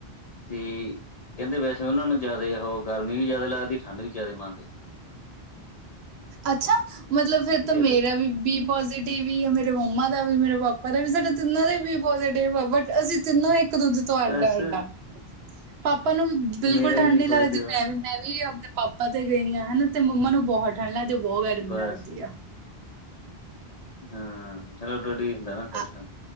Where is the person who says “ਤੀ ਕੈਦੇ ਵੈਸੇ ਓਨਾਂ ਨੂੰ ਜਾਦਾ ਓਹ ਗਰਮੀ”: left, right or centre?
Left